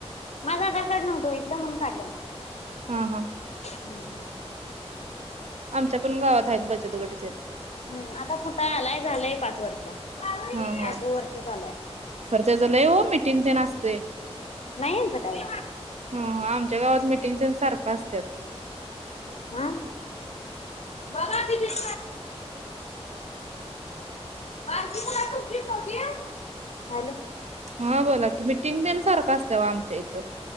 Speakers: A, on the left; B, on the right.
A: माझं आधार कार्ड नव्हतो व इथलं म्हणून काढलं.
B: हा हा
A: हम्म.
B: आमच्या पण गावात हायत बचतगट ते.
A: हम्म, आता फुटा आलाय झालंय पाच वर्ष. पाचवा
B: हा हा
A: वर्ष चालू आय.
B: खरं त्याच लय ओ मिटिंग तेन असतय
A: नाय याचं काय.
B: ह आमच्या गावात मिटिंग तेन सारखं असत्यात
A: आ? बघा ती पिन बारकी <inaudible> हॅलो.
B: हा बोला की मीटिंग तेन सारखं असते अव आमच्या इथं.